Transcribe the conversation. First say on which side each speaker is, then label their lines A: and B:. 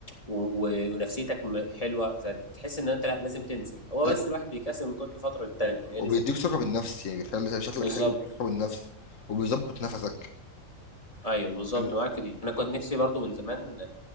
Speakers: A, on the left (about 25°); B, on the left (about 70°).
A: و- و- ونفسيتك م- حلوه فتحس ان انت لا لازم تنزل هو بس
B: ايوه
A: الواحد بيكسل من كل فتره للتانيه هي
B: وبيديك
A: دي الفكره
B: ثقه بالنفس يعني بيخلي شكلك
A: بالظبط
B: حلو ويديك ثقه بالنفس وبيظبط نفسك
A: ايوه بالظبط
B: أنا-
A: معاك في دي انا كنت نفسي برضو من زمان